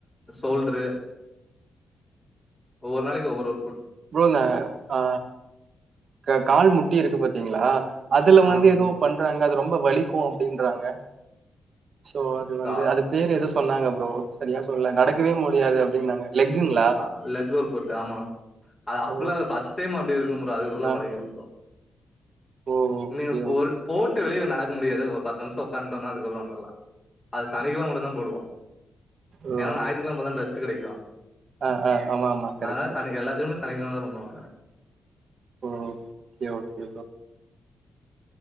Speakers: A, on the left; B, on the right.
A: சோல்டுரு ஒவ்வொர் நாளிக் ஒவ்வொர் வரூ
B: போங்க ஆ க கால் முட் ட்டி இருக்கு பாத்தீங்ளா அதுல
A: ஆமா
B: வந்து
A: ப்ரோ
B: எதோ பண்றாங்க அது ரொம்ப வலிக் க்கூ அப்டின்றாங்க சோ அது வந்து
A: கால்
B: அது பேரு எதோ சொன்னாங்க ப்ரோ சரியா சொல்லே நடக்கவே முடியாது அப்டின்னாங்க லெக்குங்களா
A: ஆ லெக்கு ஒர் பொட்டு ஆமா அது அப்டில்லால்ல
B: ஓ
A: ஃபஸ்ட் டைம் அப் ப்பி இருக்கூ ப்ரோ அதுக்குள்ள
B: ஆ
A: பழகிரூ ப்ரோ
B: ஓ ஓகே
A: நீ
B: ஓ
A: ஓல் போட்டு வெளியே நடக்க முடியாது ஒர் பத்து நிமிஷோ ஒக்கான்ட்டுனா அதுக்கப்றோ வந்துர்லா அது சனிக்கெழமெ மட்டுந்தா போடுவா
B: ஓ
A: ஏனா ஞாத்திகிழம தா ரெஸ் ட் கெடைக்தா
B: ஆ ஆ ஆமா ஆமா கரெக்ட்
A: அத்னால
B: ப்ரோ
A: சனிக் எல்லாத்தியுமே சனிக்கழமதா பண்ணுவாங்க
B: ஓ கே ஓகே